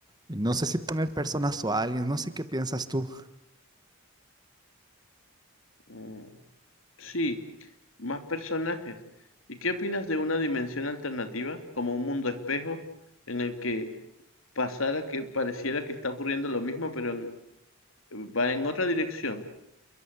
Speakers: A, on the right; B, on the left.
A: Y No sé si poner personas o aliens, no sé qué piensas tú.
B: Mm, sí, más personajes. ¿Y qué opinas de una dimensión alternativa, como un mundo espejo, en el que pasara que pareciera que está ocurriendo lo mismo, pero en- va en otra dirección?